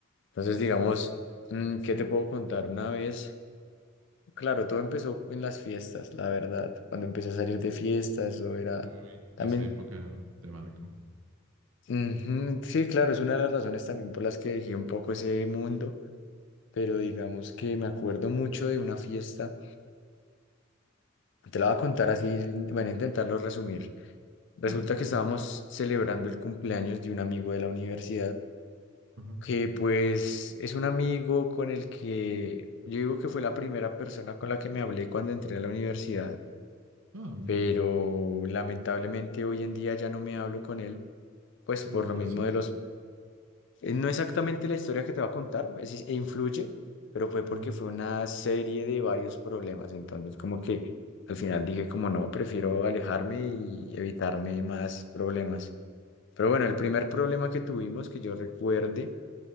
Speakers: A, on the left (about 55°); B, on the right (about 80°).
A: Entonces, digamos, mm, ¿qué te puedo contar? Una vez, claro, todo empezó en las fiestas, la verdad. Cuando empecé a salir de fiestas, eso era
B: Uy,
A: también,
B: esa época te marco.
A: ujú, sí, claro, es una de las razones también por las que dejé un poco ese mundo, pero digamos que me acuerdo mucho de una fiesta. Te la voy a contar así, bueno, intentarlo resumir. Resulta
B: Claro, claro.
A: que estábamos celebrando el cumpleaños de un amigo de la universidad.
B: Ajá.
A: que pues es un amigo con el que yo digo que fue la primera persona con la que me hablé cuando entré a la universidad,
B: Ah, mira.
A: pero lamentablemente hoy en día ya no me hablo con él, pues
B: Uy,
A: por
B: por
A: lo mismo
B: eso.
A: de los... eh, No exactamente la historia que te va a contar, es, es- influye, pero fue porque
B: Ajá.
A: fue una serie de varios problemas, entonces como que al final dije como no, prefiero alejarme y evitarme más problemas. Pero bueno, el primer problema que tuvimos, que yo recuerde,